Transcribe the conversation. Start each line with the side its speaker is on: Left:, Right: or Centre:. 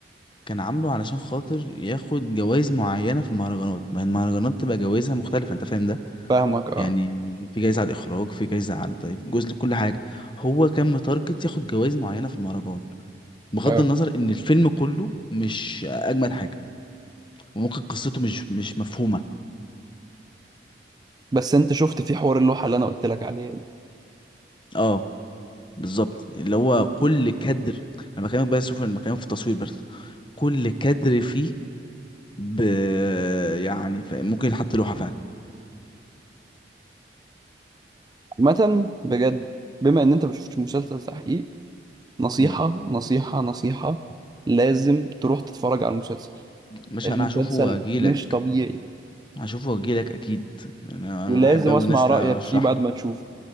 Left: كان عامله علشان خاطر ياخد جوائز معينة في المهرجانات ما هي المهرجانات تبقى جوائزها مختلفة انت فاهم ده
Right: فاهمك اه
Left: يعني في جايزة على الاخراج في جايزة على طيب جزء لكل حاجة هو كان متارجت ياخد جوائز معينة في المهرجان بغض
Right: اه
Left: النظر ان الفيلم كله مش اجمد حاجة وممكن قصته مش مش مفهومة
Right: بس انت شفت في حوار اللوحه اللي انا قلت لك عليها دي
Left: اه بالظبط اللي هو كل كادر انا بكلمك بقى شوف انا بكلمك في التصوير بس كل كادر فيه ب... يعني ف... ممكن يتحط لوحة فعلا
Right: عامه بجد بما ان انت ما شفتش مسلسل تحقيق نصيحه
Left: مم.
Right: نصيحه نصيحه لازم تروح تتفرج على المسلسل
Left: مش
Right: المسلسل
Left: انا هشوفه واجيلك
Right: مش طبيعي
Left: هشوفه واجيلك اكيد يعني انا
Right: ولازم
Left: انا بحب اوي
Right: اسمع
Left: الناس
Right: رايك
Left: تشرح
Right: فيه بعد
Left: لي
Right: ما تشوف